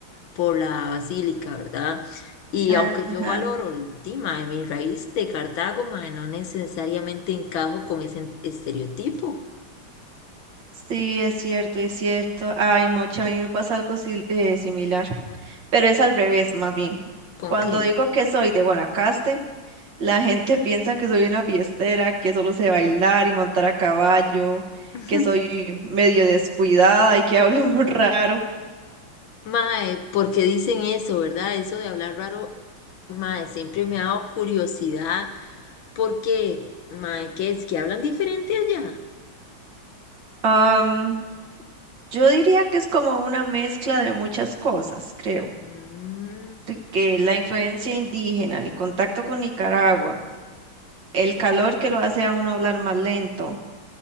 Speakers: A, on the left; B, on the right.
A: por la basílica, ¿verdad? Y
B: Ajá.
A: aunque yo valoro el tema de mis raíces de Cartago, mae, no necesariamente encajo con ese estereotipo.
B: Sí, es cierto, es cierto. Ay, mocha, a mí me pasa algo sil- eh, similar, pero es al revés, más bien.
A: ¿Con
B: Cuando
A: qué?
B: digo que soy de Guanacaste, la gente piensa que soy una fiestera, que solo sé bailar y montar a caballo,
A: <laughs>
B: que soy medio descuidada y que hablo <laughs> raro.
A: Mae, porque dicen eso, ¿verdad? Eso de hablar raro, mae, siempre me ha dado curiosidad. ¿Por qué, Mae, ¿qué es? ¿Que hablan diferente allá?
B: Am, yo diría que es como una mezcla de muchas cosas, creo.
A: Mm,
B: de Que la influencia indígena, el contacto con Nicaragua El calor que lo hace a uno hablar más lento.